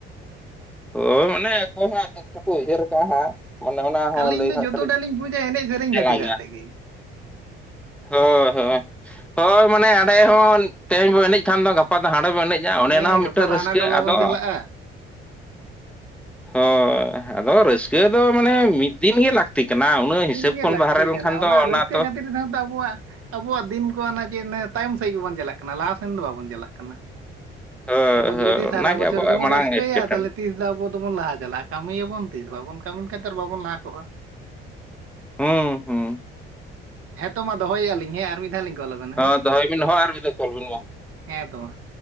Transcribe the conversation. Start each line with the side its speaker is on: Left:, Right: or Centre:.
Centre: ᱦᱳᱭ ᱢᱟᱱᱮ ᱚᱠᱚᱭ ᱦᱟᱸᱜ ᱪᱮᱜ ᱪᱚᱠᱚ ᱩᱭᱦᱟᱹᱨ ᱠᱟᱜ-ᱟ ᱦᱟᱸᱜ᱾ ᱢᱟᱱᱮ ᱚᱱᱟ ᱦᱚᱸ
Right: ᱟᱹᱞᱤᱧ
Centre: ᱞᱟᱹᱭ
Right: ᱫᱚ
Centre: ᱦᱟᱸᱜ
Right: ᱡᱚᱛᱚᱴᱟ
Centre: ᱠᱟᱹᱴᱤᱡ
Right: ᱞᱤᱧ ᱵᱩᱡᱟ ᱮᱱᱮᱡ ᱥᱮᱨᱮᱧ
Centre: ᱡᱟᱞᱟ
Right: ᱠᱷᱟᱹᱛᱤᱨᱟᱜ
Centre: ᱜᱮᱭᱟ᱾
Right: ᱛᱮᱜᱮ
Centre: ᱦᱳᱭ ᱦᱳᱭ᱾ ᱦᱳᱭ ᱢᱟᱱᱮ ᱦᱟᱸᱰᱮ ᱦᱚᱸ ᱛᱮᱦᱮᱧ ᱵᱚ ᱮᱱᱮᱡ ᱠᱷᱟᱱ ᱫᱚ ᱜᱟᱯᱟ ᱫᱚ ᱦᱟᱸᱰᱮ ᱵᱚᱱ ᱮᱱᱮᱡ᱾ <unintelligible> ᱚᱱᱮ
Right: ᱦᱮᱸ
Centre: ᱚᱱᱟ ᱦᱚᱸ
Right: ᱜᱟᱯᱟ
Centre: ᱢᱤᱫᱴᱮᱱ
Right: ᱫᱚ
Centre: ᱨᱟᱹᱥᱠᱟᱹ
Right: ᱦᱟᱱᱟ ᱴᱚᱞᱟ
Centre: ᱟᱫᱚ
Right: ᱵᱚᱱ ᱪᱟᱞᱟᱜᱼᱟ <inaudible>
Centre: ᱦᱳᱭ ᱟᱫᱚ
Right: ᱦᱮᱸ
Centre: ᱨᱟᱹᱥᱠᱟᱹ ᱫᱚ ᱢᱟᱱᱮ ᱢᱤᱜ ᱫᱤᱱ ᱜᱮ ᱞᱟᱹᱠᱛᱤ, ᱠᱟᱱᱟ
Right: ᱢᱤᱜ
Centre: ᱩᱱᱟᱹᱜ
Right: ᱫᱤᱱ
Centre: ᱦᱤᱥᱟᱹᱵ
Right: ᱜᱮ
Centre: ᱠᱷᱚᱱ
Right: ᱞᱟᱹᱠᱛᱤ
Centre: ᱵᱟᱦᱨᱮ ᱞᱮᱱᱠᱷᱟᱱ
Right: ᱠᱟᱱᱟ,
Centre: ᱫᱚ
Right: ᱚᱱᱟ ᱨᱟᱹᱥᱠᱟᱹ
Centre: ᱛᱚ
Right: ᱠᱷᱟᱹᱛᱤᱨ ᱛᱮᱦᱚᱸ ᱛᱚ ᱟᱵᱚᱣᱟᱜ ᱟᱵᱚᱣᱟᱜ ᱫᱤᱱ ᱠᱚ ᱦᱟᱱᱟ ᱪᱮᱫ ᱛᱟᱭᱚᱢ ᱥᱮᱫ ᱜᱮᱵᱚᱱ ᱪᱟᱞᱟᱜ ᱠᱟᱱᱟ, ᱞᱟᱦᱟᱥᱮᱱ ᱫᱚ ᱵᱟᱵᱚᱱ ᱪᱟᱞᱟᱜ ᱠᱟᱱᱟ᱾
Centre: ᱦᱳᱭ
Right: ᱟᱵᱚ ᱫᱚ
Centre: ᱦᱳᱭ
Right: ᱡᱩᱫᱤ
Centre: ᱚᱱᱟᱜᱮ
Right: ᱥᱟᱨᱟ ᱵᱚᱪᱷᱚᱨ
Centre: ᱟᱵᱚᱣᱟᱜ
Right: ᱜᱮᱵᱚᱱ
Centre: ᱢᱟᱲᱟᱝ
Right: ᱨᱟᱹᱥᱟᱹᱭᱟ
Centre: ᱮᱴᱠᱮᱴᱚᱬᱮ
Right: ᱛᱟᱦᱚᱞᱮ ᱛᱤᱥ ᱫᱚ ᱟᱵᱚ ᱫᱚᱵᱚᱱ ᱞᱟᱦᱟ ᱪᱟᱞᱟᱜᱼᱟ᱾ ᱠᱟᱹᱢᱤᱭᱟᱵᱚᱱ ᱛᱤᱥ ᱵᱟᱵᱚᱱ ᱠᱟᱹᱢᱤ ᱞᱮᱠᱷᱟᱡ ᱛᱚ ᱵᱟᱵᱚᱱ ᱞᱟᱦᱟ ᱠᱚᱜᱼᱟ᱾
Centre: ᱦᱩᱸ ᱦᱩᱸ᱾
Right: ᱦᱮᱸᱛᱚ ᱢᱟ ᱫᱚᱦᱚᱭᱮᱜ ᱟᱞᱤᱧ ᱦᱮᱸ ᱢᱤᱜᱫᱷᱟᱣ ᱞᱤᱧ ᱠᱚᱞᱟᱵᱮᱱ
Centre: ᱦᱚᱸ ᱫᱚᱦᱚᱭᱵᱤᱱ ᱦᱚᱸᱜ ᱟᱨ ᱢᱤᱜᱫᱷᱟᱣ ᱠᱚᱞ ᱵᱤᱱ ᱢᱟ᱾
Right: ᱦᱮᱸ ᱛᱚ ᱢᱟ᱾